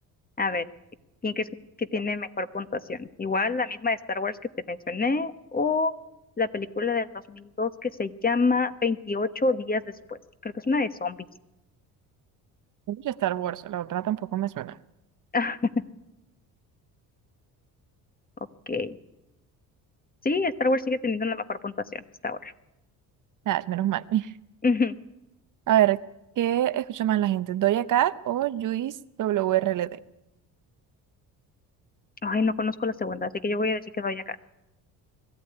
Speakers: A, on the left; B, on the right.
A: A ver, ¿quién crees que tiene mejor puntuación? Igual la misma de Star Wars que te mencioné o la película del 2002 que se llama 28 días después. Creo que es una de zombies.
B: Escucho Star Wars, la otra tampoco me suena.
A: <laughs> Ok. Sí, Star Wars sigue teniendo la mejor puntuación hasta ahora.
B: Ah, menos mal. <laughs>
A: Ujú.
B: A ver, ¿qué escucha más la gente? ¿Doja Cat o Luis WRLD?
A: Ay, no conozco la segunda, así que yo voy a decir que doy acá.